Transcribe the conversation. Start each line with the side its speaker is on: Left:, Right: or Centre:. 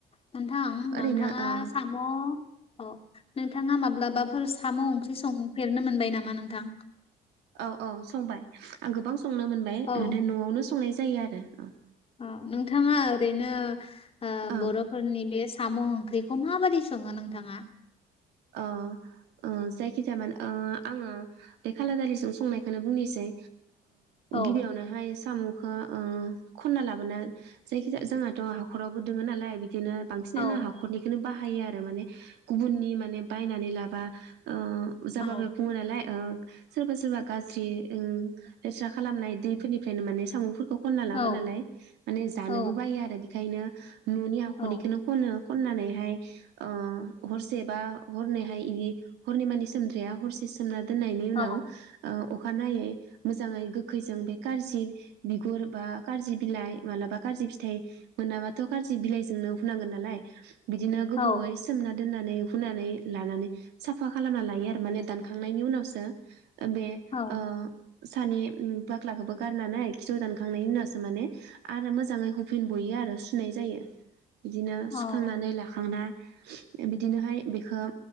Left: नोंथां नोंथांङा
Right: ओरैनो ओ
Left: साम' औ नोंथाङा माब्लाबाफोर साम' ओंख्रि संफेरनो मोनबाय नामा नोंथां?
Right: औ औ संबाय आं गोबां संनो मोनबाय
Left: औ
Right: न'आवनो संनाय जायो आरो औ।
Left: औ नोंथाङा ओरैनो ओ
Right: औ
Left: बर'फोरनि बे साम' ओंख्रिखौ माबादि सङो नोंथांङा?
Right: अ अ जायखि जाया मानो ओ आंङो बे खालादालिजों संनायखौनो बुंनोसै।
Left: औ
Right: गिबियाव नोहाय साम'खौ ओ खनना लाबोना जायखिजाया जोंहाथ' हाखरावबो दोङो नालाय बिदिनो बांसिनानो
Left: औ
Right: हाखरनिखौनो बाहायो आरो माने गुबुननि माने बायनानै लाबा ओ उजा
Left: औ
Right: बाबाया बुङो नालाय ओ सोरबा सोरबा गाज्रि ओ लेथ्रा खालामनाय दैफोरनिफ्रायनो माने सामुफोरखौ खनना लाबोनानै
Left: औ
Right: माने जानोबो
Left: औ
Right: बायो आरो बेखायनो न'नि हाखरनिखोनो
Left: औ
Right: खनो। खननानैहाय अ हरसे बा हरनैहाय इदि हरनै मानि सोम नाया हरसे सोमना दोननायनि उनाव
Left: औ
Right: अखानायै मोजाङै गोखैजों बे गार्जि बिगुर बा गार्जि बिलाइ मालाबा गार्जि फिथाइ मोनाबाथ' गाज्रि बिलाइजोंनो हुनांगोन नालाय बिदिनो गोबावै
Left: औ
Right: सोमना दोननानै हुनानै लानानै साफा खालामना लायो आरो माने दानखांनायनि उनावसो बे
Left: औ
Right: ओ सानि बाख्लाखौबो गारो नालाय खिथिु दानखांनायनि उनावसो माने आरो मोजाङै हुफिन बयो आरो सुनाय जायो। बिदिनो
Left: औ
Right: सुखांनानै लाखांना बिदिनोहाय बेखौ